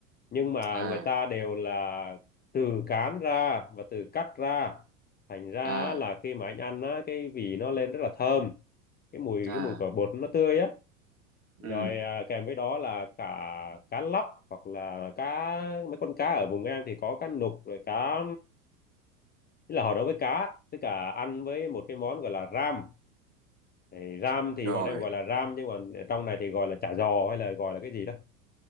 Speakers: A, on the left; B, on the right.
A: nhưng mà
B: À,
A: người ta đều là từ cán ra và từ cắt ra thành ra
B: à,
A: á, là khi mà anh ăn á cái vị nó lên rất là thơm cái mùi
B: à,
A: cái mùi quả bột nó tươi á rồi
B: ừ,
A: à, kèm với đó là cả cá lóc hoặc là cá mấy con cá ở vùng em thì có cá nục rồi cá tức là họ nấu với cá với cả ăn với một cái món gọi là ram thì ram thì
B: rồi.
A: bọn em gọi là ram nhưng mà trong này thì gọi là chả giò hay là gọi là cái gì đó